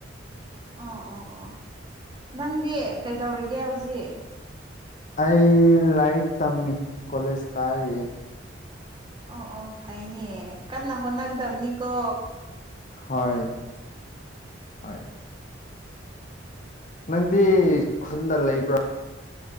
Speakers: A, on the right; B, on the left.
A: ꯑꯣ ꯑꯣ ꯑꯣ ꯅꯪꯗꯤ ꯀꯩꯗꯧꯔꯤꯒꯦ ꯍꯧꯖꯤꯛ
B: ꯑꯩ ꯂꯥꯏꯔꯤꯛ ꯇꯝꯃꯤ ꯀꯣꯂꯦꯖ ꯀꯥꯔꯤꯌꯦꯦ
A: ꯑꯣ ꯑꯣ ꯐꯩꯅꯦ ꯀꯟꯅ ꯍꯣꯠꯅꯒꯗꯕꯅꯤꯀꯣ
B: ꯍꯣꯏ ꯍ ꯅꯪꯗꯤ ꯈꯨꯟꯗ ꯂꯩꯕ꯭ꯔꯣ